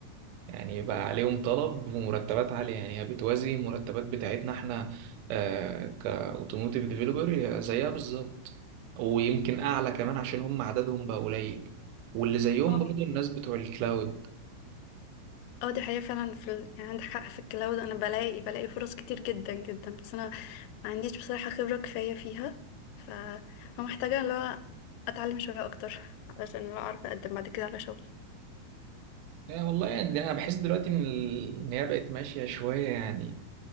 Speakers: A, on the right; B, on the left.
A: يعني بقى عليهم طلب ومرتبات عالية يعني هي بتوازي المرتبات بتاعتنا احنا آه كاوتوموتيف ديفيلوبر زيها بالظبط ويمكن أعلى كمان عشان هم عددهم بقى قليل واللي زيهم
B: اه
A: برضه الناس بتوع الكلاود
B: اه دي حقيقة فعلا في ال... يعني عندك حق في الكلاود انا بلاقي بلاقي فرص كتير جدا جدا بس انا ما عنديش بصراحة خبرة كفاية فيها ف فمحتاجة اللي هو اتعلم شوية اكتر <laughs> علشان لو اعرف اقدم بعد كده على شغل
A: يعني والله يعني أنا بحس دلوقتي إن ال- إن هي بقت ماشية شوية يعني